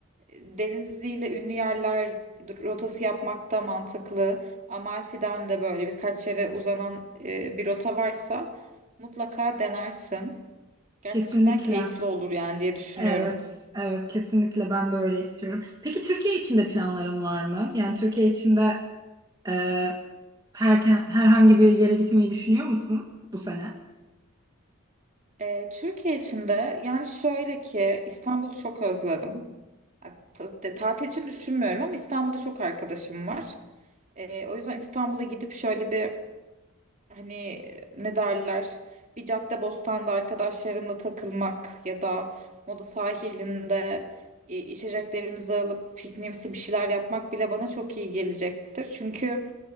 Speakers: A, on the right (about 35°); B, on the right (about 20°).
A: Denizli'yle ünlü yerler rotası yapmak da mantıklı. Amalfi'den de böyle birkaç yere uzanan e, bir rota varsa mutlaka denersin.
B: <laughs>
A: Gerçekten
B: Kesinlikle.
A: keyifli olur yani diye düşünüyorum.
B: Evet, evet kesinlikle ben de öyle istiyorum. Peki Türkiye için de planların var mı? Yani Türkiye için de Ee, herken- herhangi bir yere gitmeyi düşünüyor musun bu sene?
A: E, Türkiye için de yani şöyle ki İstanbul'u çok özledim. Ya, ta- de- tatil için düşünmüyorum ama İstanbul'da çok arkadaşım var. E, o yüzden İstanbul'a gidip şöyle bir hani ne derler bir Caddebostan'da arkadaşlarımla takılmak ya da Moda sahilinde e, içeceklerimizi alıp pikniğimsi bir şeyler yapmak bile bana çok iyi gelecektir. Çünkü